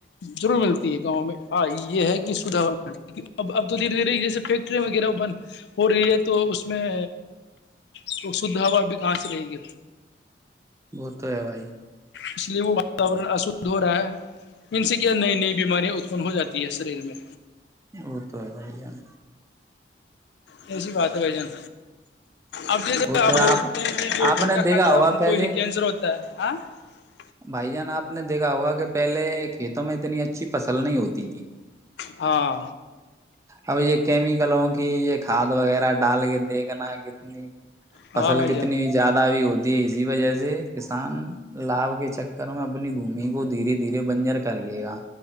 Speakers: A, on the left (about 70°); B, on the right (about 15°).
A: ضرور ملتی ہے گاؤں میں یہ ہے کہ شھ ہا مل ہے اب اب تو دھیرے دھیرے جیسے فیکٹرییاں وغیرہ بند ہو رہی ہے تو اس میں شھ ہوا گاس رہی گ
B: وہ تو ہے بھائی
A: اس لیے وہ واتورن اشھ ہو رہا ہے ان سے کیا نئی نئی بیماریاں اتپن ہو جاتی ہے شریر میں
B: وہ تو ہے آ ہی جان
A: ایسیی بات ہے بھائی جان اب ج
B: وہ
A: آپ
B: تو ہے
A: بولتے ہیں کہ جو
B: آپ
A: گٹلہ
B: نے دیکھا
A: کھاتا
B: ہوگا
A: ہے ان
B: پہلے
A: کو ہی کینسر ہوتا ہے آ <unintelligible>
B: بھائی جان آپ نے دیکھا ہوگا کہ پہلے کھیتوں میں اتنی اچھی فصل نہیں ہوتی تھی
A: ہاں
B: اب یہ کیمیکلوں کی یہ کھاد وغیرہ ڈال کے دیکھنا کتنی
A: ہاں
B: فصل
A: بھائی
B: کتنی
A: جان
B: زیادہ بھی ہوتی اسی وجہ سے کسان لابھ کے چکر میں اپنی بھمی وہ دھیرے دھیرے بنجر کر لیے گا